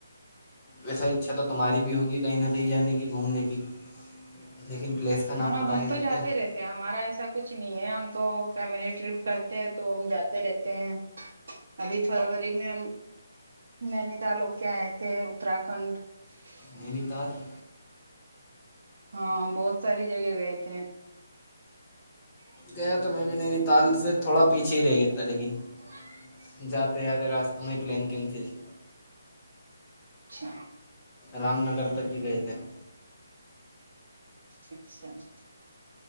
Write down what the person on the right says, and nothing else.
ہاں
ہم
تو جاتے رہتے ہیں ہمارا ایسا کچھ <unintelligible> کچھ نہیں ہے ہم تو فیملی ٹرپ کرتے تو ہم جاتے رہتے ہیں ابھی فروری میں ہم نینی تال ہو کے آئے تھے اترھنڈ <unintelligible>
ہاں بہت ساری جگہ گئے تھے <unintelligible>
ج <unintelligible>
اچھا <unintelligible>
اچھا <unintelligible>